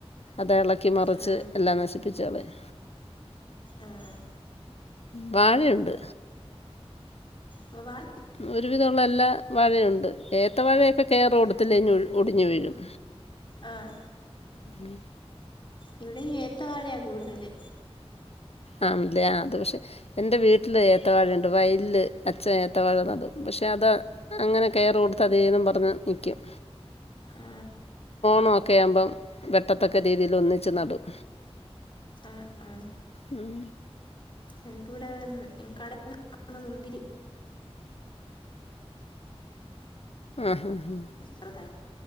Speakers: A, on the left; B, on the left.
A: അത് ഇളക്കി മറിച്ച്
B: ആ
A: എല്ലാം നശിപ്പിച്ച് കളയും
B: ആഹ
A: വാഴയുണ്ട്
B: വ
A: ഒരുവിധമുള്ള എല്ലാ മഴയുണ്ട് ഏത്തവാഴയൊക്കെ കയറുകൊടുത്തില്ലേ ഒടിഞു വീഴും
B: ആഹ
A: ഉ
B: ഇവിടെയും ഏത്തവാഴയാ കൂടുതല്
A: ആണല്ലേ അത് പക്ഷെ എന്റെ വീട്ടില് ഏത്തവാഴുണ്ട് വയല്ല് അച്ഛ ഏത്തവാഴ ന്നടും പക്ഷെ അത് അങ്ങനെ കയർ കൊടുത്ത അതെ പറഞ്ഞ് നിൽക്കും
B: ആ
A: ണൊക്കെ ആവുമ്പം വെട്ടത്തക്ക രീതിൽ ഒന്നിച്ച് നടും
B: ആ ആഹ
A: ഉം
B: ഞങ്ങക്ക് വിടെ കട മുന്തിരി
A: ആഹഹ ഹാ
B: ചെറുതായി